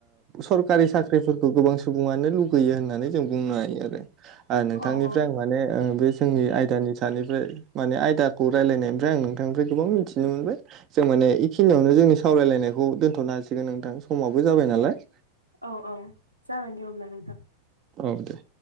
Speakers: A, on the right (about 35°); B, on the right (about 80°).
A: सरखारि साख्रिफोरखौ गोबां सुबुङानो लुगैयो होननानै जों बुंनो हायो आरो नोंथांनिफ्राय
B: औ औ
A: आं माने बे जोंनि आयदानि सानिफ्राय माने आयदाखौ रायलायनायनिफ्राय आं नोंथांनिफ्राय गोबां मिथिनो मोनबाय। जों माने बेखिनियावनो जोंनि सावरायलायनायखौ दोनथ'नो हासिगोन नोंथां समाबो जाबाय नालाय।
B: औ औ जागोन दे अब्ला नोंथां।
A: औ दे।